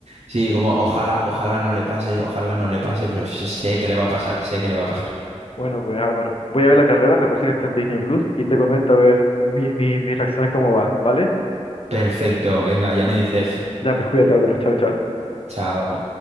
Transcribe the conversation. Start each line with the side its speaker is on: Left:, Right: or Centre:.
Right: sí, como ojalá, ojalá no le pase, ojalá no le pase, pero sé sé que le va a pasar, sé que le va a pasar.
Left: Bueno, pues Álvaro, voy a ver la carrera, me parece que está en Disney Plus, y te comento a ver mi, mi, mis reacciones cómo va, ¿vale?
Right: Perfecto, venga, ya me dices,
Left: Ya, pues cuídate, Álvaro, chao, chao.
Right: chao.